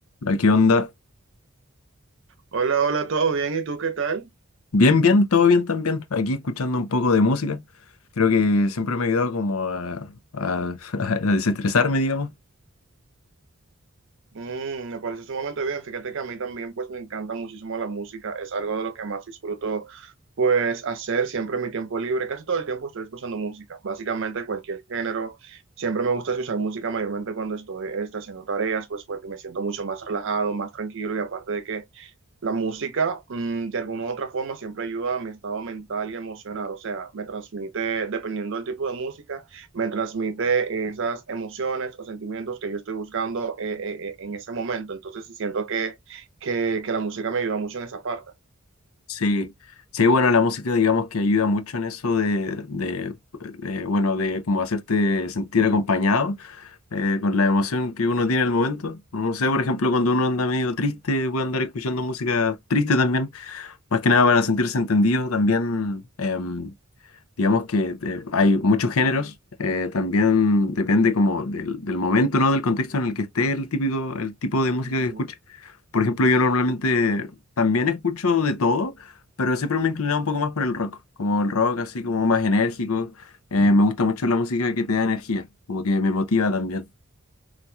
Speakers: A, on the left; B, on the right.
A: ¿A qué onda?
B: Hola, hola, ¿todo bien? ¿Y tú qué tal?
A: Bien, bien, todo bien también. Aquí escuchando un poco de música. Creo que siempre me ha ayudado como a, a- <laughs> a desestresarme, digamos.
B: Mm, me parece sumamente bien. Fíjate que a mí también pues me encanta muchísimo la música. Es algo de lo que más disfruto pues hacer siempre en mi tiempo libre. Casi todo el tiempo estoy escuchando música, básicamente cualquier género. Siempre me gusta escuchar música mayormente cuando estoy este, haciendo tareas, pues porque me siento mucho más relajado, más tranquilo y aparte de que La música, mm, de alguna u otra forma, siempre ayuda a mi estado mental y emocional. O sea, me transmite, dependiendo del tipo de música, me transmite esas emociones o sentimientos que yo estoy buscando eh, eh, eh, en ese momento. Entonces, sí siento que, que, que la música me ayuda mucho en esa parte.
A: Sí, sí, bueno, la música digamos que ayuda mucho en eso de, de, eh, bueno, de como hacerte sentir acompañado. eh, con la emoción que uno tiene al momento. No sé, por ejemplo, cuando uno anda medio triste, puede andar escuchando música triste también, más que nada para sentirse entendido. También, em, digamos que eh, hay muchos géneros, eh, también depende como del, del momento, ¿no? Del contexto en el que esté el típico, el tipo de música
B: Ujú.
A: que escuche. Por ejemplo, yo normalmente también escucho de todo, pero siempre me he inclinado un poco más por el rock, como el rock así como más enérgico. Eh, me gusta mucho la música que te da energía, como que me motiva también.